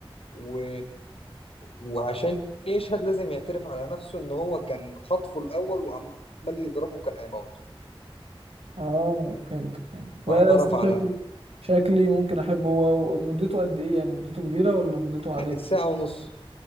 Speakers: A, on the left; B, on the right.
A: و... وعشان يشهد لازم يعترف على نفسه ان هو كان خطفه الاول وعمال يضربه كان هيموته
B: اه فهمت فهمت بس
A: فاعترف
B: شكلي
A: على نفسه
B: شكلي ممكن احبه هو مدته قد ايه يعني مدته كبيرة ولا مدته عادية
A: يعني ساعة ونص